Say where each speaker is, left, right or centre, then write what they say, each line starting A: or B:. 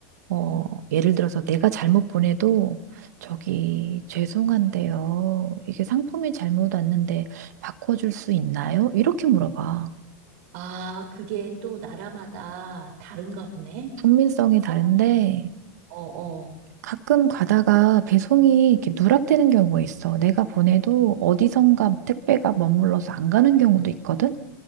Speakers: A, on the right; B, on the right.
A: 어,
B: 음.
A: 예를 들어서 내가 잘못 보내도 저기 죄송한데요. 이게 상품이 잘못 왔는데 바꿔줄 수 있나요? 이렇게 물어봐.
B: 아, 그게 또 나라마다 다른가 보네?
A: 국민성이
B: 사,
A: 다른데
B: 어, 어,
A: 가끔 가다가 배송이 이렇게 누락되는 경우가 있어. 내가 보내도 어디선가 택배가 머물러서 안 가는 경우도 있거든?